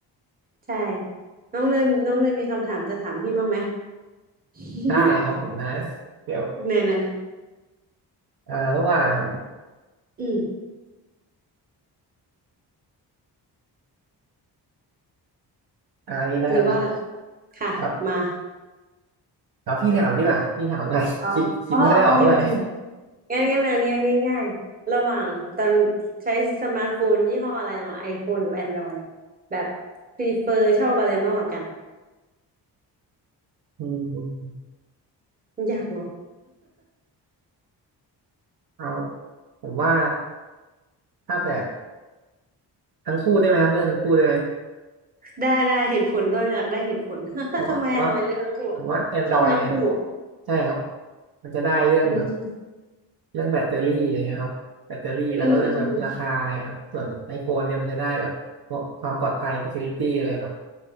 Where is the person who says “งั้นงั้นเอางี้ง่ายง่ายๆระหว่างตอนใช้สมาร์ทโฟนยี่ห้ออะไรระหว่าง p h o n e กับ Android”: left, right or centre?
Right